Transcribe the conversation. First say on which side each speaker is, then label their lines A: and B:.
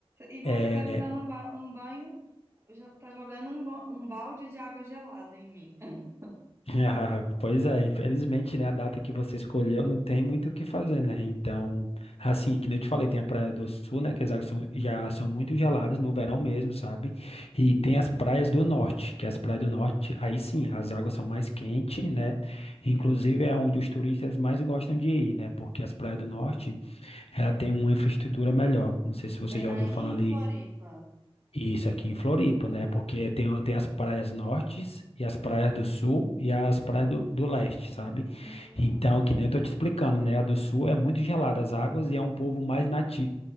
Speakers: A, on the right; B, on the left.
A: E você
B: É,
A: tá me dando um, ba- um banho Eu já tá jogando um, ba- um balde de água gelada em mim. <laughs>
B: <laughs> Ah, Pois é, infelizmente, né, a data que você escolheu não tem muito o que fazer, né? Então, assim, que nem eu te falei, tem a Praia do Sul, né, que as águas são, já são muito geladas no verão mesmo, sabe? E tem as praias do norte, que as praias do norte, aí sim, as águas são mais quentes, né? Inclusive é onde os turistas mais gostam de ir, né? Porque as praias do norte, ela tem uma infraestrutura melhor. Não sei se você
A: Né?
B: já
A: Aí
B: ouviu falar
A: em
B: ali
A: Floripa.
B: isso aqui em Floripa, né? Porque tem, tem as praias nortes e as praias do sul e as praias do, do leste, sabe?
A: Hum,
B: Então,
A: entendi.
B: que nem eu tô te explicando, né? A do sul é muito gelada as águas e é um povo mais nativo,